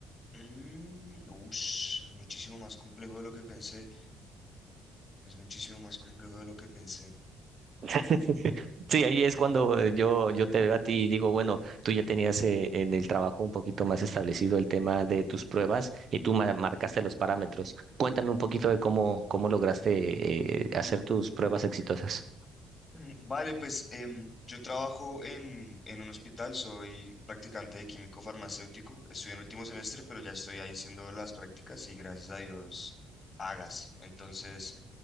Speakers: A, on the left; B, on the right.
A: Mm, ush, es muchísimo más complejo de lo que pensé. Es muchísimo más complejo de lo que pensé.
B: <laughs> Sí, ahí es cuando eh, yo, yo te veo a ti y digo, bueno, tú ya tenías eh, en el trabajo un poquito más establecido el tema de tus pruebas y tú ma- marcaste los parámetros. Cuéntame un poquito de cómo, cómo lograste eh, hacer tus pruebas exitosas.
A: Mm, Vale, pues em, yo trabajo en, en un hospital, soy practicante de químico farmacéutico. Estoy en último semestre, pero ya estoy ahí haciendo las prácticas y gracias a Dios pagas. Entonces,